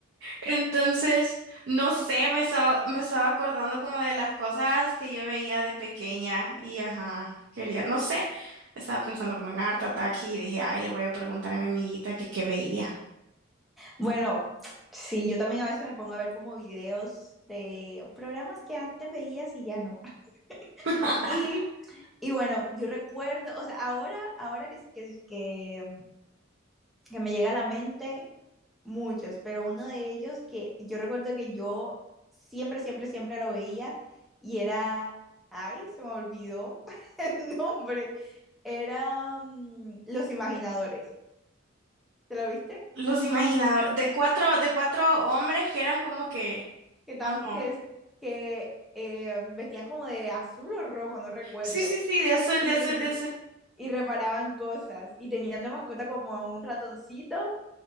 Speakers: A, on the right; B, in the centre.
A: Entonces, no sé, me estaba, me estaba acordando como de las cosas que yo veía de pequeña y ajá, quería, no sé, estaba pensando como en Art Attack y dije, ay, le voy a preguntar a mi amiguita que qué veía.
B: Bueno, sí, yo también a veces me pongo a ver como videos de programas que antes veías y ya no. <laughs>
A: <laughs>
B: Y, y bueno, yo recuerdo, o sea, ahora, ahora que, que, que, que me llega a la mente muchos, pero uno de ellos que yo recuerdo que yo siempre, siempre, siempre lo veía y era, ay, se me olvidó <laughs> el nombre, era mm, Los Imaginadores. ¿Te lo viste?
A: Los imaginadores, de cuatro, de cuatro hombres que eran como que,
B: que, tan,
A: ¿o no?
B: que, es- que eh, vestían como de azul o rojo, no recuerdo,
A: Sí, sí, sí, de azul,
B: y,
A: de azul,
B: r-
A: de azul.
B: y reparaban cosas, y tenían de mascota como a un ratoncito,